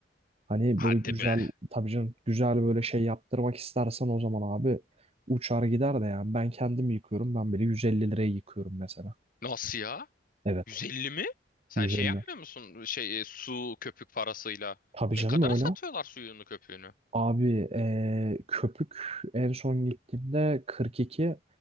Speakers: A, on the right (about 35°); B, on the left (about 50°).
A: Hani
B: Hadi
A: böyle güzel
B: be.
A: tabii canım güzel böyle şey yaptırmak istersen o zaman abi uçar gider de yani ben kendim yıkıyorum. Ben bile 150 liraya yıkıyorum mesela.
B: Nasıl ya?
A: Evet.
B: 150 mi? Sen
A: Nutella.
B: şey yapmıyor musun? Şey e, su köpük parasıyla.
A: Tabii
B: Ne
A: canım
B: kadara
A: öyle.
B: satıyorlar suyunu köpüğünü?
A: Abi eee, köpük en son gittiğimde 42